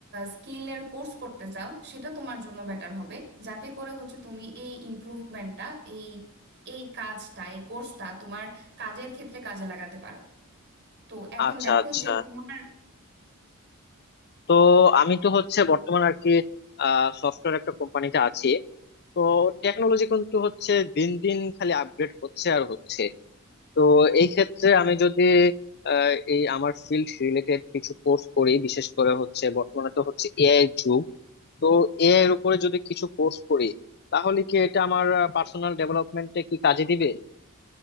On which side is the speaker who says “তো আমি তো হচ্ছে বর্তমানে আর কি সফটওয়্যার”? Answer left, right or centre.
Left